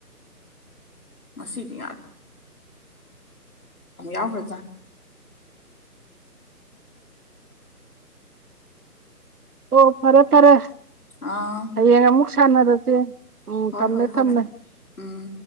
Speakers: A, on the left; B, on the right.
A: ꯃꯁꯤꯗꯤ ꯑꯃ ꯌꯥꯎ ꯍꯠꯇ
B: ꯑꯣ ꯐꯔꯣ ꯐꯔꯦ
A: ꯑꯥ
B: ꯍꯌꯦꯡ ꯑꯃꯨꯛ ꯁꯥꯟꯅꯔꯁꯦ ꯎꯝ
A: ꯍꯣꯏ
B: ꯊꯝꯃꯦ
A: ꯍꯣꯏ
B: ꯊꯝꯃꯦ
A: ꯍꯣꯏ ꯎꯝ